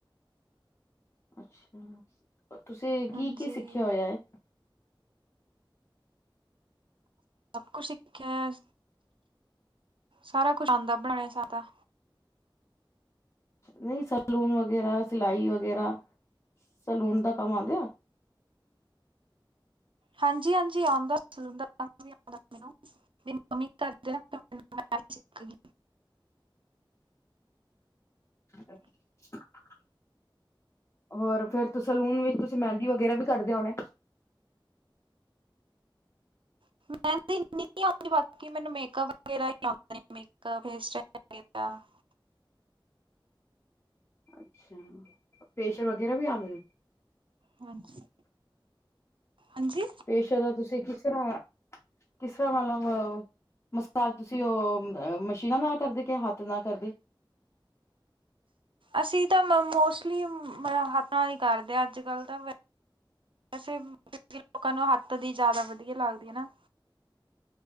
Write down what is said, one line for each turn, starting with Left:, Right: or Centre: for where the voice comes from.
Left: ਅੱਛਾ, ਤੁਸੀਂ
Right: ਹਾਂਜੀ
Left: ਕੀ ਕੀ ਸਿੱਖਿਆ ਹੋਇਆ ਹੈ?
Right: ਸਭ ਕੁਛ ਸਿੱਖਿਆ ਹੋਇਆ, ਸਾਰਾ ਕੁਛ ਆਉਂਦਾ ਬਣਾਣਾਦਾ,
Left: ਨਈ ਸੈਲੂਨ ਵਗੈਰਾ ਸਿਲਾਈ ਵਗੈਰਾ, ਸੈਲੂਨ ਦਾ ਕੰਮ ਆਂਦੇ ਆ?
Right: ਹਾਂਜੀ, ਹਾਂਜੀ ਆਂਦਾ <unintelligible> ਸਿਲੰਡਰ ਵੀ ਆਉਂਦਾ ਮੈਨੂੰ ਮੇਰੀ ਮੰਮੀ ਕਰਦੇੈਂ ਸਿੱਖਈ <unintelligible> <inaudible>
Left: <inaudible> ਹੋਰ ਫੇਰ ਤ ਸਲੂਨ ਵਿੱਚ, ਤੁਸੀਂ ਮੈੰਦੀ ਵਗੇਰਾ ਵੀ ਕੱਡਦੇ ਹੋਨੇ?
Right: <inaudible> <inaudible>
Left: ਅੱਛਾ, ਫੇਸੀ਼ਅਲ ਵਗੈਰਾ ਵੀ ਆਂਦੇ?
Right: ਹਾਂਜੀ, ਹਾਂਜੀ
Left: ਫੇਸਾ਼ ਦਾ ਤੁਸੀਂ ਕਿਸਰਾਂ, ਕਿਸਰਾ ਮਲਬ ਮਸਾਜ ਤੁਸੀ ਓ, ਮ ਮਸ਼ੀਨਾਂ ਨਾਲ ਕਰਦੇ ਕੇ ਹਾੱਥ ਨਾਲ ਕਰਦੇ?
Right: ਅਸੀਂ ਤਾਂ ਮ ਮੋਸਲੀ ਮ, ਹੱਥਾਂ ਨਾਲ਼ ਈ ਕਾਰਦੇ ਆ ਆੱਜ-ਕਾੱਲ ਤਾਂ ਵੈਸੇ ਵੀ ਲੋਕਾਂ ਨੂੰ ਹਾੱਥ ਦੀ ਜਾਦਾ ਵਦੀਆ ਲੱਗਦੀ ਆ ਨਾ